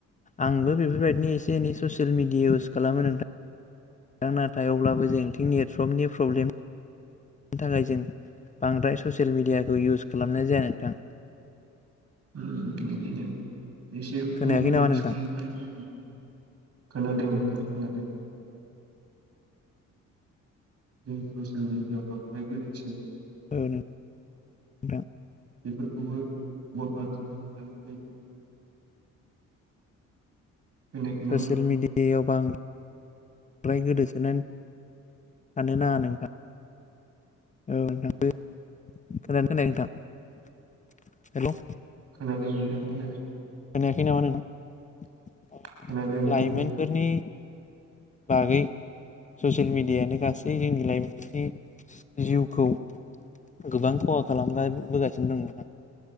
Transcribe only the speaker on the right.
उम बिदिनो एसे खमबो
इउस
खालाम खानांगौ। खोनादों नोंथां खोनादों। जों ससियेल मिडियाआव बांद्राय गोदोसो <unintelligible>
बेफोरखौबो <unintelligible> खोनायाखै नामा
नोंथां
खोनादों नोंथां खोनादों।
खोनादों नोंथां